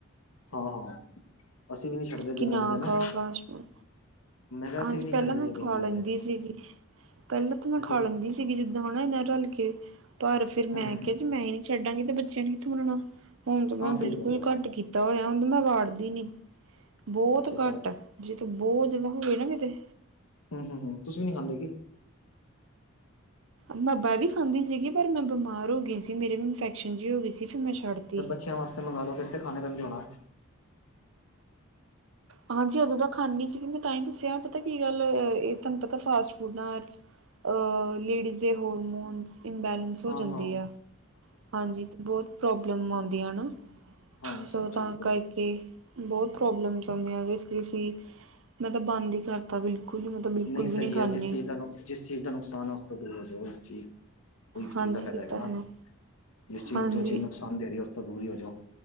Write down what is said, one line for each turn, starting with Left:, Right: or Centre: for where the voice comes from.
Left: ਹਾਂ ਹਾਂ ਅਸੀਂ ਵੀ ਨਹੀਂੀ ਛੱਡਦੇ ਜੇ
Right: ਕਿ
Left: ਮੀਲ ਜਏ ਨਾ।
Right: ਖਾਓ ਫਾਸਟ ਫੂਡ
Left: ਮੈਂ ਕਿਹਾ
Right: ਹਾਂਜੀ
Left: ਅਸੀਂ ਵੀ ਨੀ
Right: ਪਹਿਲਾਂ
Left: ਛੱਡਦੇ
Right: ਮੈਂ
Left: ਜੇ ਮਿਲ
Right: ਖਾ
Left: ਜੇ
Right: ਲੈਂਦੀ
Left: ਤੇ
Right: ਸੀਗੀ, ਪਹਿਲਾਂ ਤਾਂ ਮੈਂ
Left: ਅੱਛਾ
Right: ਖਾ
Left: ਤੁਸ
Right: ਲੈਂਦੀ ਸੀਗੀ ਜਿੱਦਾਂ ਹੁਣ ਇਹਨਾਂ ਰਲ ਕੇ ਪਰ ਫਿਰ
Left: ਹੂੰ
Right: ਮੈਂ
Left: ਹੂੰ
Right: ਕਿਆ ਜੇ ਮੈਂ ਈ ਨੀ ਛੱਡਾਂਗੀ ਤੇ ਬੱਚਿਆਂ ਨੇ ਕਿੱਥੋਂ ਮੁੜਨਾ। ਹੁਣ ਤ ਮੈਂ
Left: ਹਾਂ ਸਹੀ
Right: ਬਿਲਕੁਲ
Left: ਗੱਲ ਹੈ ਅੱਛਾ
Right: ਘੱਟ ਕੀਤਾ ਹੋਇਆ ਹੁਣ ਮੈਂ ਵਾੜਦੀ ਨੀ। ਬੋਤ ਘੱਟ।
Left: ਘਰ
Right: ਜੇ ਤੇ ਬੋਤ ਜਦਾ ਹੋਵੇ ਨਾ ਕਿਤੇ।
Left: ਹੂੰ, ਹੂੰ, ਹੂੰ, ਤੁਸੀ ਵੀ ਨੀ ਖਾਂਦੇ ਕੀ?
Right: ਮਾਬਾ ਵੀ ਖਾਂਦੀ ਸੀਗੀ ਪਰ ਮੈਂ ਬਮਾਰ ਹੋ ਗਈ ਸੀ ਮੇਰੇ ਵੀ ਇਨਫੈਕਸ਼ਨ ਜੀ ਹੋ ਗਈ ਸੀ ਫੇਰ ਮੈਂ ਛੱਡ ਤੀ।
Left: ਬਚੇਆ ਵਾਸਤੇ ਮੰਗਵਾ ਲੋ ਫੇਰ ਤੇ ਖਾਣੇ ਪੈਂਦੇ ਹੋਣਾ।
Right: ਹਾਂਜੀ ਓਦੋਂ ਤ ਖਾਂਨੀ ਸੀਗੀ ਮੈਂ ਤਾਂ ਹੀ ਦੱਸਿਆ ਪਤਾ ਕੀ ਗੱਲ ਏਹ ਤੁਆਨੂੰ ਪਤਾ ਫਾਸਟ ਫੂਡ ਨਾਲ ਅ ਲੇਡੀਜ਼ ਦੇ ਹੋਰਮੋਨਸ ਇੰਬੈਲੈਂਸ ਹੋ
Left: ਹਾਂ-ਹਾਂ।
Right: ਜਾਂਦੇ ਆ ਹਾਂਜੀ ਤੇ ਬਹੁਤ ਪ੍ਰੋਬਲਮ ਆਉਂਦੀਆਂ ਨਾ,
Left: ਹਾਂ
Right: ਸੋ
Left: ਸਭ ਚੀਜ਼
Right: ਤਾਂ
Left: ਬਰੋ
Right: ਕਰਕੇ ਬਹੁਤ ਪ੍ਰੋਬਲਮਸ ਆਉਂਦੀਆਂ ਜਿਸ ਕਰਸੀ ਮੈਂ ਤਾਂ ਬੰਦ ਈ ਕਰ ਤਾਂ ਬਿਲਕੁਲ ਈ ਮਤਲਬ ਬਿਲਕੁਲ
Left: ਨਹੀਂ
Right: ਵੀ
Left: ਸਹੀ
Right: ਨੀ ਖਾਂਣੀ
Left: ਹੈ ਜਿਸ ਚੀਜ਼
Right: ਆ।
Left: ਦਾ ਨੁਕ ਜਿਸ ਚੀਜ਼ ਦਾ ਨੁਕਸਾਨ ਹੈ ਉਸ ਤੋਂ ਦੂਰ ਹੋ ਜਾਵੇ ਉਹ ਉਹ ਇਸ
Right: ਹਾਂਜੀ
Left: ਚੀਜ਼ ਦਾ ਫਾਇਦਾ
Right: ਇਹ
Left: ਹੈਗਾ
Right: ਤਾਂ
Left: ਨਾ,
Right: ਹੈ
Left: ਜਿਸ ਚੀਜ਼
Right: ਹਾਂਜੀ
Left: ਜੋ ਚੀਜ਼ ਨੁਕਸਾਨ ਦੇ ਰਈ ਐ ਉਸ ਤੋਂ ਦੂਰ ਈ ਹੋ ਜੋ।